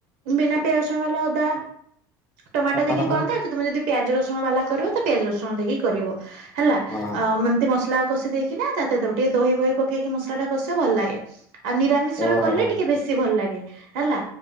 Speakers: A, on the right; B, on the left.
A: ବିନା ପ୍ୟାଜ ରସୁଣବାଲା ଅଦା ଟମାଟୋ
B: ହଁ
A: ଦେଇକି
B: ହଁ
A: କରନ୍ତି ଆଉ ତମେ ଯଦି ପିଆଜ ରସୁଣ ବାଲା କରିବ ତ ପିଆଜ ରସୁଣ ଦେଇକି କରିବ। ହେଲା
B: ହଁ ହଁ
A: ଏମତି ମସଲା କଷି ଦେଇକି ନା ତା ଟିକେ ଦହି ବହି ପକେଇକି ମସଲା ଟା କଷିବ ଭଲ ଲାଗେ। ଆଉ ନିରାମିଷର
B: ଓହୋ
A: କଲେ
B: ହଁ
A: ଟିକେ ବେଶୀ ଭଲ ଲାଗେ। ହେଲା